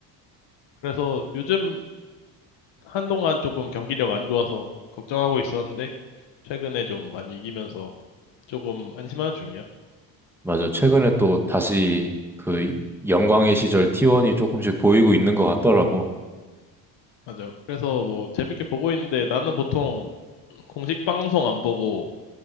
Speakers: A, on the left; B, in the centre.
A: 그래서 요즘 한동안 조금 경기력 안 좋아서 걱정하고 있었는데 최근에 좀 많이 이기면서 조금 안심하는 중이야.
B: 맞아. 최근에 또 다시 그 영광의 시절 T1이 조금씩 보이고 있는 것 같더라고.
A: 맞아. 그래서 뭐 재밌게 보고 있는데 나는 보통 공식 방송 안 보고